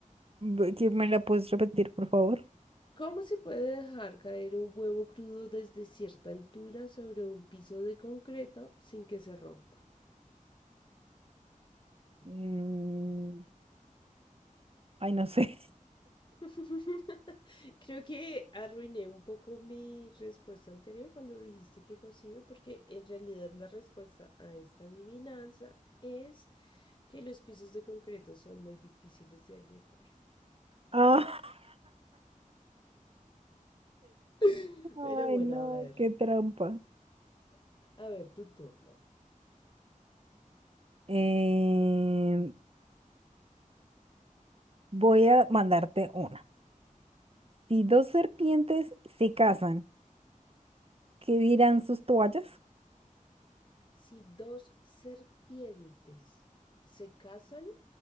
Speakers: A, on the right; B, on the left.
A: Bu- ¿Qué me la puedes repetir, por favor?
B: ¿Cómo se puede dejar caer un huevo crudo desde cierta altura sobre un piso de concreto sin que se rompa?
A: Mm, ay, no sé.
B: <laughs> Creo que arruiné un poco mi respuesta anterior cuando dijiste que cocido, porque en realidad la respuesta a esta adivinanza es que los pisos de concreto son muy difíciles de agrietar.
A: <laughs>
B: <laughs>
A: Ah,
B: Pero
A: ay,
B: bueno,
A: no,
B: a ver,
A: qué trampa.
B: a ver, tu turno.
A: Eh, voy a mandarte una. Si dos serpientes se casan, ¿qué dirán sus toallas?
B: Si dos serpientes se casan,